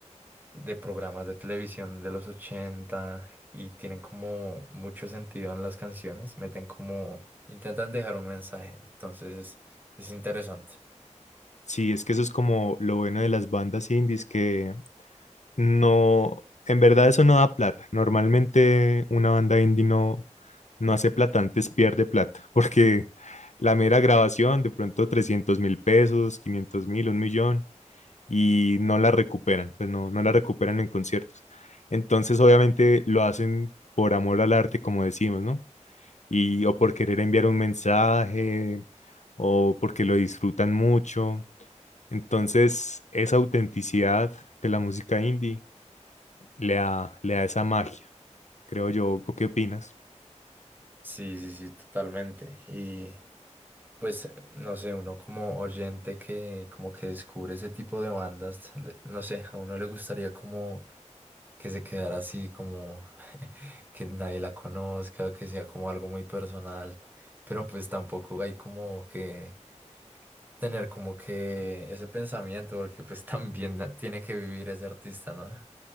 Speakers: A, on the right; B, on the left.
A: de programas de televisión de los 80 y tienen como mucho sentido en las canciones, meten como, intentan dejar un mensaje, entonces es interesante.
B: Sí, es que eso es como lo bueno de las bandas indies, que no, en verdad eso no da plata. Normalmente una banda indie no, no hace plata, antes pierde plata, <laughs> porque la mera grabación, de pronto trescientos mil pesos, quinientos mil, un millón, y no la recuperan, pues no, no la recuperan en conciertos. Entonces, obviamente lo hacen por amor al arte, como decimos, ¿no? y o por querer enviar un mensaje o porque lo disfrutan mucho. Entonces, esa autenticidad de la música indie le da, le da esa magia, creo yo. ¿O qué opinas?
A: Sí, sí, sí, totalmente. Y pues, no sé, uno como oyente que como que descubre ese tipo de bandas, le- no sé, a uno le gustaría como que se quedara así como <laughs> que nadie la conozca, que sea como algo muy personal, pero pues tampoco hay como que tener como que ese pensamiento, porque pues <laughs> también la- tiene que vivir ese artista, ¿no?